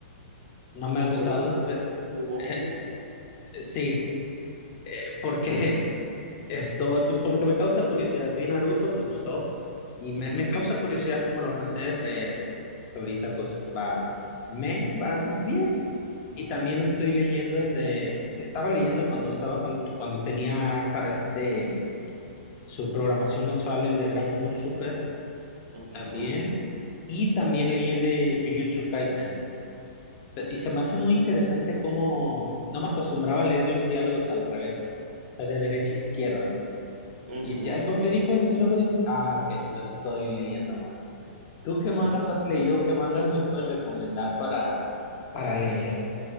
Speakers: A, on the left; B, on the right.
A: No me ha gustado,
B: Boruto Sub-
A: pe-
B: Suboutles.
A: <laughs> sí, porque
B: Ujú,
A: esto, pues como que me causa curiosidad. Vi Naruto, me gustó, y me,
B: ujú,
A: me causa curiosidad cómo lo van a hacer. Eh, hasta ahorita pues va, me va bien, Y también estoy leyendo el de, estaba leyendo cuando estaba con- cuando tenía ca- este su programación mensual, el de Dragon Ball Super
B: ujú,
A: también. Y también leí el de Jujutsu Kaisen. Se- Y se me hace muy interesante cómo no me acostumbraba a leer los diálogos al revés, o sea, de derecha a izquierda.
B: ujú,
A: Y decía, ay, ¿por qué dijo esto? Y luego dijo, ah, ok, lo estoy leyendo mal. ¿Tú qué mangas
B: ujú.
A: has leído? ¿Qué mangas me puedes recomendar para, para leer?